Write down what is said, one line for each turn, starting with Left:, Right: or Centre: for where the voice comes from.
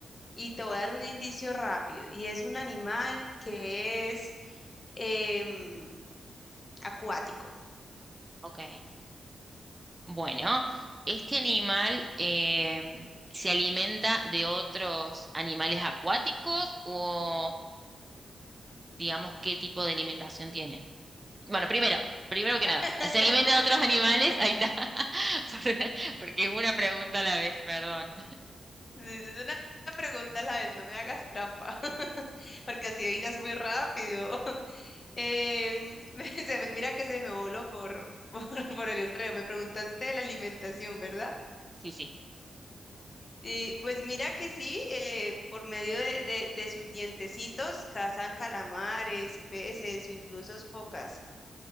Left: y te voy a dar un indicio rápido. Y es un animal que es em, acuático.
Right: ok. Bueno, este animal eh, se alimenta de otros animales acuáticos o digamos qué tipo de alimentación tiene. Bueno, primero, primero que
Left: <laughs>
Right: nada, ¿se alimenta de otros animales? Ahí está, <laughs> por- porque es una pregunta a la vez, perdón.
Left: Es una pregunta a la vez, no me hagas trampa, <laughs> porque así adivinas muy rápido. <laughs> Em, <laughs> se me- mira que se me voló por, <laughs> por, el enredo. Me preguntaste de la alimentación, ¿verdad?
Right: Sí, sí.
Left: Y pues mira que sí, eh, por medio de, de- de sus dientecitos cazan calamares, peces o incluso focas.